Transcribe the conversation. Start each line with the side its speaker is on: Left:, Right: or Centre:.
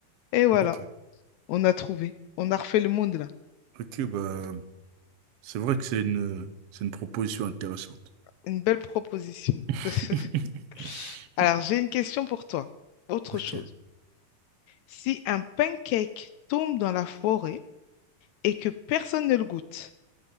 Left: Et voilà,
Right: ok,
Left: on a trouvé. On a refait le monde, là.
Right: ok, bah, c'est vrai que c'est une, c'est une proposition intéressante.
Left: Une belle proposition.
Right: <laughs>
Left: <laughs> Alors, j'ai une question pour toi. Autre
Right: Ok,
Left: chose. Si un pancake tombe dans la forêt et que personne ne le goûte,